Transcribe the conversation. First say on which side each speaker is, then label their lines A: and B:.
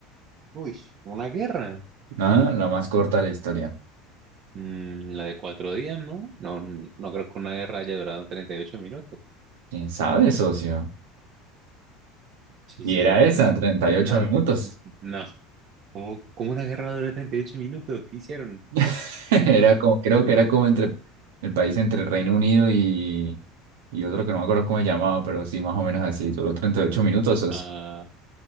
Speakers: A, on the right; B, on the right.
A: Uy, una guerra.
B: Nada, la más corta de la historia.
A: Mm, la de cuatro días, ¿no? No, n- no creo que una guerra haya durado 38 minutos.
B: ¿Quién sabe, socio?
A: Sí,
B: Y
A: cierto.
B: era esa,
A: Mm,
B: 38
A: No,
B: minutos.
A: mm, no. ¿Cómo, cómo una guerra dura 38 minutos? ¿Qué hicieron?
B: <laughs> Era como, creo que era como entre el país entre Reino Unido y, y otro que no me acuerdo cómo se llamaba, pero sí, más o menos así. Duró 38 minutos, socio.
A: Ah,